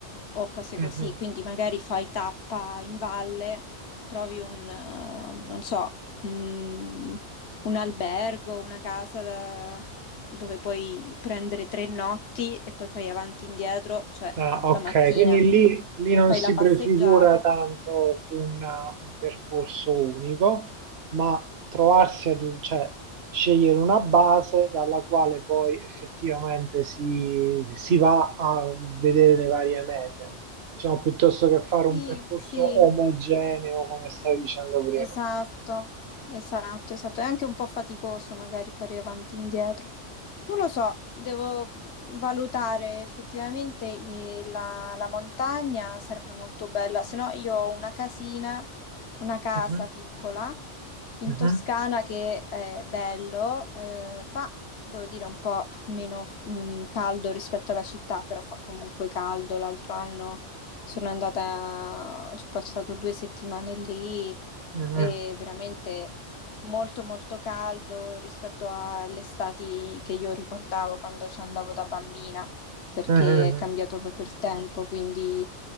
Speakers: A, on the left; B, on the right.
A: o cose
B: mhm.
A: così. Quindi magari fai tappa in valle, trovi un, eh, non so, un, un albergo, una casa da- dove puoi prendere tre notti e poi fai avanti e indietro, cioè
B: Ah, ok,
A: la mattina
B: quindi lì, lì non
A: fai
B: si
A: la passeggiata.
B: prefigura tanto un, un percorso unico, ma trovarsi ad un, cioè scegliere una base dalla quale poi effettivamente si, si va a vedere le varie mete, diciamo, piuttosto che fare
A: Sì,
B: un percorso
A: sì.
B: omogeneo, come stavi dicendo prima.
A: Esatto, esatto, esatto. È anche un po' faticoso magari fare avanti e indietro. Non lo so, devo mm, valutare effettivamente i- la, la montagna, sarebbe molto bella, se no io ho una casina, una casa
B: Mm.
A: piccola in
B: Mhm,
A: Toscana che è bello, eh, fa, devo dire, un po' meno mm, caldo rispetto alla città, però fa comunque caldo. L'altro anno sono andata, ci ho passato due settimane lì
B: mhm,
A: e veramente molto molto caldo rispetto alle estati che io ricordavo quando ci andavo da bambina, perché
B: mhm,
A: è cambiato proprio il tempo, quindi